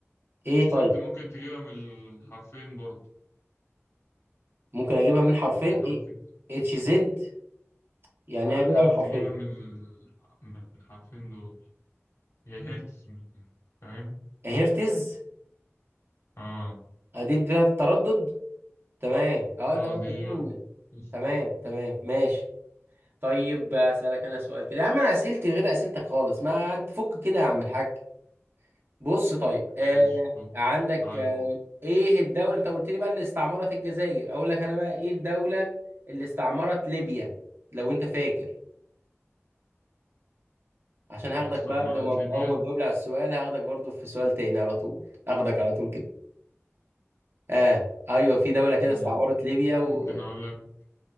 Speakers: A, on the right; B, on the left.
A: ايه
B: اتش زد
A: طيب
B: ممكن تجيبها من الحرفين برضه
A: ممكن اجيبها من حرفين
B: يعني
A: ايه
B: حاولت
A: اتش زد يعني
B: حاول
A: ايه اجيبها من حرفين
B: تجيبها من ال- من الحرفين دول هي هرتز من- فاهم
A: هرتز
B: اه
A: ادي ده التردد تمام اه
B: اه
A: انت عايز
B: دي
A: اجيب من
B: واحدة. قشطة.
A: تمام تمام ماشي طيب اسالك انا سؤال كده يا عم انا اسئلتي غير اسئلتك خالص ما انت فك كده يا عم الحاج بص طيب
B: ماشي
A: آه
B: فك
A: عندك
B: حاول
A: آه
B: أفك.
A: ايه الدوله انت قلت لي بقى اللي استعمرت الجزائر اقول لك انا بقى ايه الدوله اللي استعمرت ليبيا لو انت فاكر عشان هاخدك
B: استعمرت
A: بقى لو ما اول
B: ليبيا
A: ما تجاوب لي على السؤال هاخدك برضو في سؤال تاني على طول هاخدك على طول كده اه ايوه في دوله
B: مم.
A: كده استعمرت ليبيا و
B: ممكن أقول لك